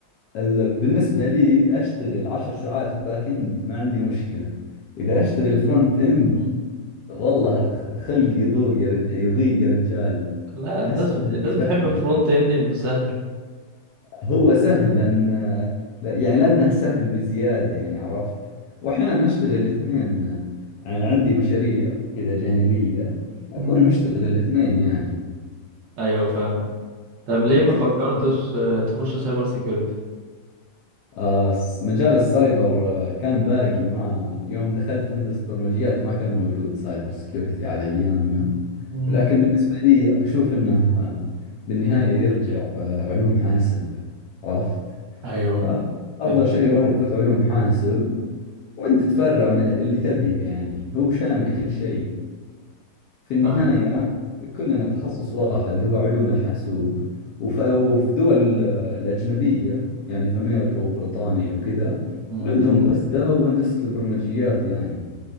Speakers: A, on the left; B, on the right.
A: ال- بالنسبة لي اشتغل عشر ساعات باك اند ما عندي مشكلة اذا اشتغل فرونت اند
B: امم
A: والله خ- خلقي يضوق يا رج... يضيق يا رجال
B: لا الناس
A: احس
B: بت...
A: اني
B: الناس
A: بختني
B: بتحب فرونت اند لانه سهل
A: هو سهل لأن لا- يعني لأنه سهل بزيادة يعني عرفت وأحيانا نشتغل الاثنين يعني عندي مشاريع كذا جانبية أكون
B: امم
A: مشتغل الاثنين يعني
B: ايوه فاهم طب ليه
A: أي
B: ما
A: تقدر
B: فكرتش آه، تخش سايبر سيكيورتي
A: آه س- مجال السايبر آه، كان باقي ما يوم دخلت هندسة برمجيات ما كان موجود سايبر سكيورتي على أيامنا
B: أمم.
A: لكن بالنسبة لي أشوف أنه آه، بالنهاية يرجع آه، علوم حاسب عرفت
B: ايوه
A: فأفضل
B: فاهم
A: شيء الواحد يفوت علوم حاسب وانت تفرع من اللي تبيه يعني هو شامل كل شيء في النهاية
B: فاهم
A: كلنا تخصص واحد اللي هو علوم الحاسوب وف- وفي دول آه، الأجنبية يعني في أمريكا وبريطانيا وكذا
B: مم.
A: عندهم بس ده وهندسة البرمجيات يعني